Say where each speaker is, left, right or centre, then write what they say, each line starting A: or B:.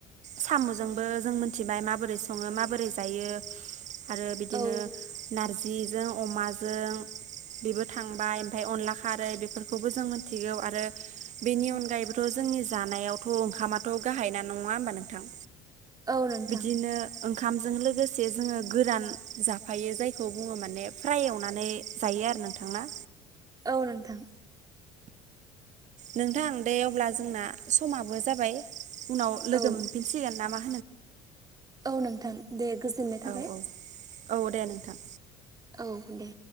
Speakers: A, on the right; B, on the right.
A: साम'जोंबो जों मोनथिबाय माबोरै सङो माबोरै जायो आरो बिदिनो
B: औ
A: नारजिजों अमाजों बेबो थांबाय ओमफ्राय अनला खारै बेफोरखौबो जों मिथिगौ आरो बेनि अनगायैबोथ' जों जोंनि जानायावथ' ओंखामाथ' गाहाय ना नङा होमबा नोंथां
B: औ नोंथां
A: बिदिनो ओंखामजों लोगोसे जोङो गोरान जा फायो जायखौ बुङो माने फ्राय एवनानै जायो आरो नोंथांना
B: औ नोंथां
A: नोंथां दे अब्ला जोंना समाबो जाबाय उनाव लोगो
B: औ
A: मोनफिनसिगोन नामा।
B: औ नोंथां दे गोजोननाय थाबाय।
A: औ औ औ दे नोंथां
B: औ दे